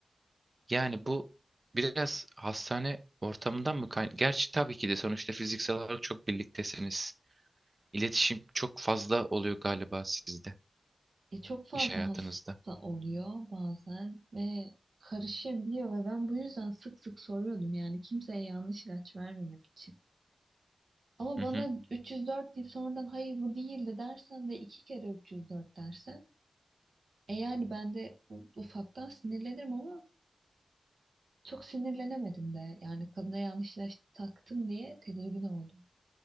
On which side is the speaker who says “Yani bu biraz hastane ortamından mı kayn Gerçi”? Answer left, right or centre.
Right